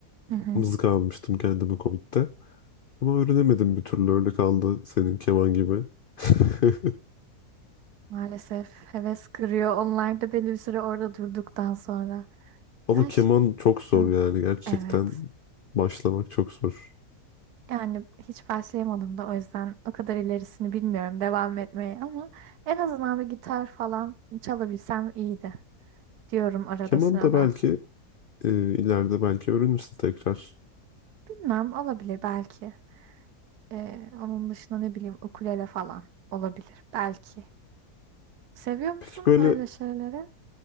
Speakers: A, on the right; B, on the left.
A: Hı hı.
B: Mızıka almıştım kendime Covid'de. Ama öğrenemedim bir türlü öyle kaldı senin keman gibi. <laughs>
A: Maalesef heves kırıyor. Onlar da belli bir süre orada durduktan sonra.
B: Ama
A: Ben
B: keman
A: şi-
B: çok zor
A: Hı.
B: yani gerçekten
A: Evet.
B: başlamak çok zor.
A: Yani hiç başlayamadım da o yüzden o kadar ilerisini bilmiyorum devam etmeyi ama en azından bir gitar falan çalabilsem iyiydi diyorum arada
B: Keman
A: sırada.
B: da belki e, ileride belki öğrenirsin tekrar.
A: Bilmem olabilir belki. Ee, onun dışında ne bileyim ukulele falan olabilir belki. Seviyor musun
B: Peki böyle
A: öyle şeyleri?